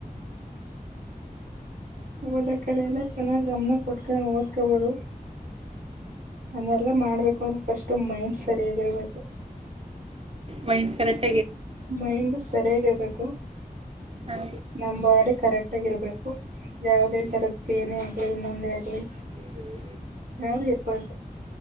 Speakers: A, on the right; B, on the right.
A: ಹೋದ ಕಡೆ ಎಲ್ಲ ಚೆನ್ನಾಗ್ ಗಮನ ಕೊಟ್ಕೊಂಡ ಓದ್ಕೊಬೋದು ಅನ್ನೆಲ್ಲಾ ಮಾಡ್ಬೇಕು ಅಂದ್ರೆ ಫಸ್ಟ್ ಮೈಂಡ್ ಸರಿಯಾಗಿರ್ಬೇಕು
B: ವೈನ್ ಕರೆಕ್ಟ್
A: ಮೈಂಡ್ ಸರಿಯಾಗಿರ್ಬೇಕು
B: ಹ
A: ನಮ್ಮಾಡೆ ಕರೆಕ್ಟ್ ಆಗಿರ್ಬೇಕು ಯಾವವುದೇ
B: ಹ್ಮ್
A: ತರದ ಪೇಏನೇ ಆಗ್ಲಿ ಇನ್ನೊಂದೇ ಆಗ್ಲಿ
B: ಹ
A: ಯಾರ ಇರ್ಪಾರ್ದ